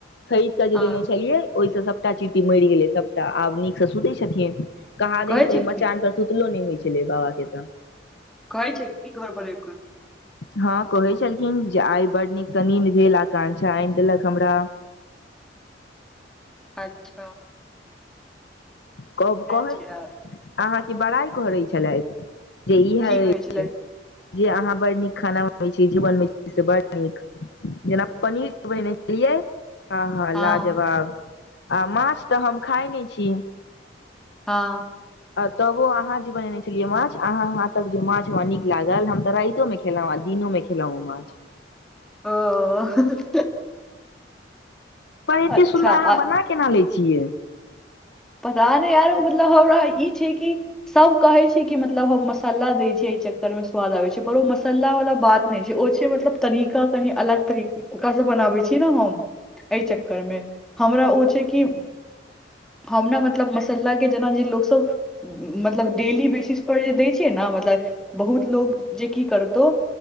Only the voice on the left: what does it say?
खरीद कऽ जे
देने छलियै ओहिसँ सभटा चिट्टी मइर गेलै सभटा आब नीकसँ सुतै छथिन। कहा
दिन
ओय मचान पर सुतलो नय होइ छलै बाबा केँ तऽ।
हँ कहै छलखिन जे आइ बड़ नीकसँ नीन भेल आकांक्षा आइन देलक हमरा।
कब कहै
अहाँकेँ बड़ाइ करै छलैथ जे ई
हैय
अछि
जे अहाँ बड़ नीक खाना बनबैय छी जे बनबैय छी से बड़ नीक जेना पनीर खुऐने छलियै। आहा
लाजवाब आ माछ तऽ हम खाय नय छी।
तबो अहाँ जे बनेने छलियै माछ अहाँ हाथक जे माछ हमरा नीक लागल हम तऽ रातियो मे खे खेलहुँ आ दिनो मे खेलहुँ माछ।
पर एते
सुन्दर
अहाँ बना केना लै छियै।